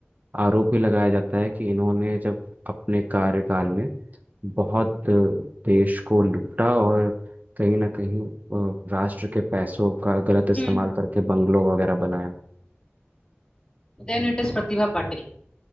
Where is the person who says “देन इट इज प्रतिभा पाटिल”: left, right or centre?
Left